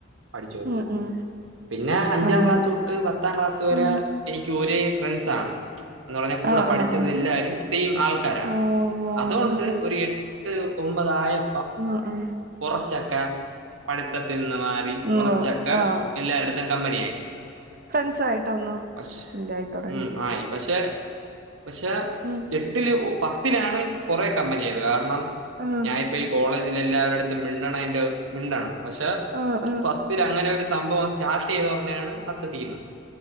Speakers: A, on the right; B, on the right.
A: പഠിച്ചുഠിച്ചരുന്നു.
B: ഉം ഉം
A: പിന്നെ അഞ്ചാം
B: അങ്ങനെ
A: ക്ലാസ് തൊട്ട് പത്താം ക്ലാസ് വരെ
B: ഉം
A: എനിക്ക് ഒരേ ഫ്രണ്ട്സ ആണ്. എന്ന് പറഞ്ഞാ കൂടെ
B: ആഹ്
A: പഠിച്ചത്
B: ആഹ് ആഹ്
A: എല്ലാവാരും സെയിം ആൾക്കാരാണ്
B: ഓഹ് ഓഹ്
A: അതുകൊണ്ട്
B: ആഹ്
A: ഒരു എ എട്ട് ഒമ്പത് ആയം
B: ആ ആ
A: കുറച്ചൊക്കെ പഠിത്തത്തിൽ നിന്ന് മാറി കുറച്ചൊക്കെ
B: ഉം ആഹ്
A: എല്ലായിരുടത്തും കമ്പനിയായി.
B: ഫ്രണ്ട്സു ആയിട്ടൊന്ന്
A: പക്ഷ
B: ചില്ലായി തൊടങ്ങി
A: ഉം ആയി പക്ഷെ പക്ഷെ
B: ഉം
A: എട്ടില് പത്തിലാണ് കുറെ കമ്പനിയത് കാരണം
B: ആഹ്
A: ഞാനിപ്പ ഈ കോളേജിൽ എല്ലാവരുടെ അടുത്തും മിണ്ടണം അതിന്റെ മിണ്ടണം പക്ഷെ
B: ആഹ് ആഹ്
A: പ അ അങ്ങനെ ഒരു സംഭവം സ്റ്റാർട്ട് ചെയ്തോഞ്ഞാണ് പത്ത് തീർന്നത്